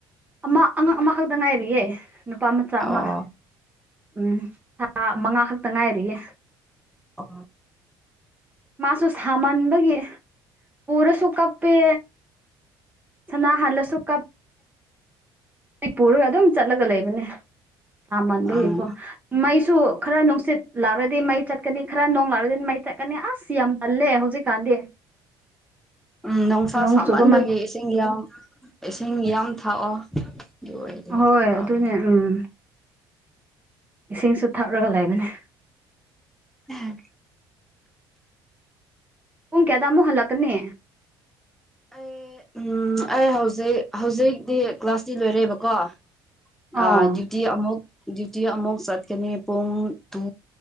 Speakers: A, on the right; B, in the centre.
A: ꯑꯃ ꯑꯉꯥꯡ ꯑꯃꯈꯛꯇ ꯉꯥꯏꯔꯤꯌꯦꯦ ꯅꯨꯄꯥ ꯃꯆꯥ
B: ꯑꯣ
A: ꯑꯃ ꯎꯝ ꯊꯥ ꯃꯉꯥ ꯈꯛꯇ ꯉꯥꯏꯔꯤꯌꯦꯦ
B: ꯑ
A: ꯃꯥꯁꯨ ꯁꯥꯃꯟꯕꯒꯤ ꯄꯔꯁꯨ ꯀꯞꯄꯦ ꯁꯅꯥ ꯍꯂꯁꯨ ꯀꯞ ꯃ ꯄꯨꯔꯒ ꯑꯗꯨꯝ ꯆꯠꯂꯒ ꯂꯩꯕꯅꯦ ꯁꯥꯃꯟꯕꯒꯤꯀꯣ
B: ꯑꯪ
A: ꯃꯩ ꯁꯨ ꯈꯔ ꯅꯨꯡꯁꯤꯠ ꯂꯥꯛꯔꯗꯤ ꯃꯩ ꯆꯠꯀꯅꯤ ꯈꯔ ꯅꯅꯨꯡ ꯂꯥꯎꯔꯗꯤ ꯃꯩ ꯆꯠꯀꯅꯤ ꯑꯁ ꯌꯥꯝ ꯇꯜꯂꯦ ꯍꯧꯖꯤꯛꯀꯥꯟꯗꯤ
B: ꯎ ꯎꯝ ꯅꯨꯡꯁꯥ
A: ꯅꯣꯡ
B: ꯁꯥꯃꯟꯕꯗꯒꯤ
A: ꯆꯨꯕ ꯃꯟ
B: ꯏꯁꯤꯡ ꯌꯥꯝ ꯏꯁꯤꯡ ꯌꯥꯝ ꯊꯥꯛꯑꯣ ꯑꯗꯨ ꯑꯣꯏꯔꯗꯤ
A: ꯍꯣꯏ
B: ꯐꯕꯅꯦ
A: ꯑꯗꯨꯅꯦ ꯎꯝ ꯏꯁꯤꯡꯁꯨ ꯊꯛꯂꯒ ꯂꯩꯒꯅꯤ
B: ꯑ
A: ꯄꯨꯡ ꯀꯌꯥꯗ ꯑꯃꯨꯛ ꯍꯜꯂꯛꯀꯅꯦ
B: ꯑꯦ ꯎ ꯑꯩ ꯍꯧꯖꯤꯛ ꯍꯧꯖꯤꯛꯇꯤ ꯀ꯭ꯂꯥꯁꯇꯤ ꯂꯣꯏꯔꯦꯕꯀꯣ ꯑꯇ
A: ꯑꯣ
B: ꯑꯃꯃ ꯗ꯭ꯌꯨꯇꯤ ꯑꯃꯨꯛ ꯆꯠꯀꯅꯤ ꯄꯨꯡ ꯇꯨ